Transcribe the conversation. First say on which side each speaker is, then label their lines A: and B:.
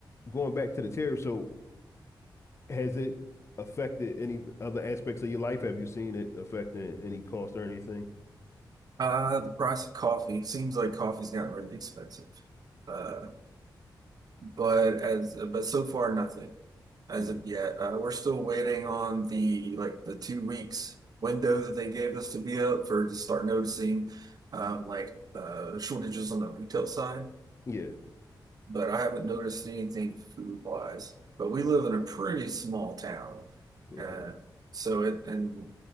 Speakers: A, on the left (about 35°); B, on the right (about 55°).
A: going back to the tariff, so has it affected any other aspects of your life? Have you seen it affecting any cost or anything?
B: Uh, the price of coffee seems like coffee's gotten really expensive. Uh, but as but so far nothing as
A: Yeah.
B: of yet. Uh, we're still waiting on the like the two weeks window that they gave us to be up for to start noticing um, like uh, shortages on the retail side
A: Yeah.
B: but I haven't noticed anything food wise. But we live in a pretty small town,
A: Okay.
B: uh, so it and